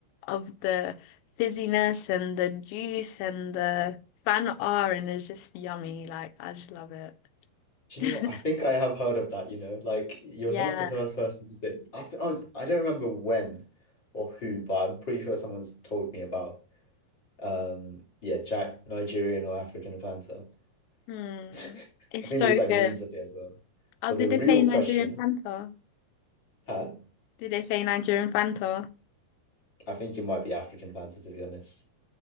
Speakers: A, on the left (about 80°); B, on the left (about 30°).
A: of the fizziness and the juice and the fan art and it's just yummy. Like I just love it.
B: Do you
A: <laughs>
B: know what? I think I have heard of that, you know, like you're
A: Yeah.
B: not the first person to say it. I, think I was I don't remember when or who, but I'm pretty sure someone's told me about um yeah, Jack Nigerian or African Fanta.
A: Hmm.
B: <laughs> I
A: It's
B: think
A: so
B: there's like
A: good.
B: memes of it as well.
A: Oh,
B: But
A: did
B: the
A: they
B: real
A: say Nigerian
B: question,
A: Fanta?
B: huh?
A: Did they say Nigerian Fanta?
B: I think it might be African Fanta to be honest. <laughs>